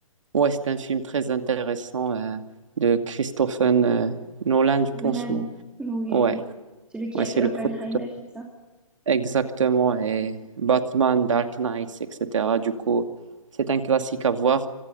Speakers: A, on the right; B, in the centre.
A: ouais, c'est un film très intéressant euh, de Christopher euh, Nolan, je
B: Nolan.
A: pense. ou-
B: Oui,
A: Ouais,
B: oui. Celui qui
A: ouais,
B: a
A: c'est
B: fait
A: le
B: Oppenheimer,
A: producteur.
B: c'est ça?
A: Exactement. Et
B: Oui.
A: Batman, Dark Knight, etc. Du coup, c'est un classique à voir.